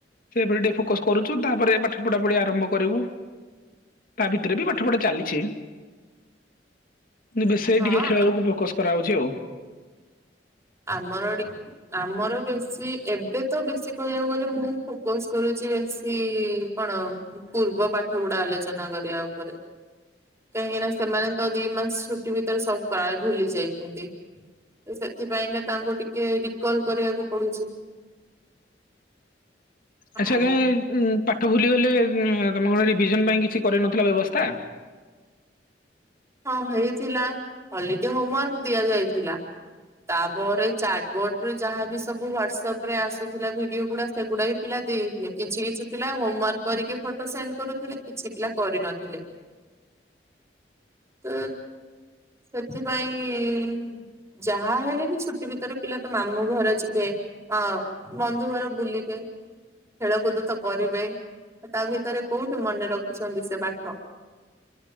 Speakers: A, on the left (about 50°); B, on the right (about 15°).
A: ସେ ତାରେ ଟିକେ ଫୋକସ କରୁଛୁ ତାପରେ ପାଠ ପଢ଼ା ପଢ଼ି ଆରମ୍ଭ କରିବୁ। ତା ଭିତରେ ବି ପାଠ ପଢ଼ା ଚାଲିଛି। ବେଶି
B: ହଁ
A: ଟିକେ ଖେଳକୁ ଫୋକସ କରାହଉଛି ଆଉ।
B: ଆମର ଏଠିକି ଆମର ବେଶୀ ଏବେ ତ ବେଶୀ କହିବାକୁ ଗଲେ ମୁଁ ଫୋକସ୍ କରୁଛି ବେଶୀ କଣ ପୂର୍ବ ପାଠ ଗୁଡ଼ା ଆଲୋଚନା କରିବା ଉପରେ। କାହିଁକି ନା ସେମାନେ ତ ଦି ମାସ ଛୁଟି ଭିତରେ ସବୁ ପ୍ରାୟ ଭୁଲି ଯାଇଛନ୍ତି। <unintelligible> ସେଥିପାଇଁକା ତାଙ୍କୁ ଟିକେ ରିକଲ କରିବାକୁ ପଡୁଛି।
A: ଆଚ୍ଛା
B: ଆଉ
A: ଆଜ୍ଞା ଉ ପାଠ ଭୁଲିଗଲେ ତମ ଗ ରିଭିଜନ ପାଇଁ କିଛି କରିନଥିଲା ବ୍ୟବସ୍ଥା।
B: ହଁ ହେଇଥିଲା ହଲିଡେ ହୋମୱାର୍କ ଦିଆଯାଇଥିଲା। ତାପରେ ଚାଟବୋର୍ଡ ରୁ ଯାହାବି ସବୁ ହ୍ୱାଟସଆପ୍ ରେ ଆସୁଥିଲା ଭିଡିଓ ଗୁଡ଼ା ସେଗୁଡ଼ା ବି ପିଲା ଦେଇଥିଲେ କିଛି କିଛି ପିଲା ହୋମୱାର୍କ କରିକି ଫଟୋ ସେଣ୍ଡ କରୁଥିଲେ କିଛି ପିଲା କରିନଥିଲେ। ତ ସେଥିପାଇଁ ଯାହା ହେଲେ ବି ଛୁଟି ଭିତରେ ପିଲା ତ ମାମୁଁ ଘର ଯିବେ। ଅ ବନ୍ଧୁଘର ବୁଲିବେ। ଖେଳକୁଦ ତ କରିବେ ତା ଭିତରେ କୋଉଠି ମନେ ରଖିଛନ୍ତି ସେ ପାଠ।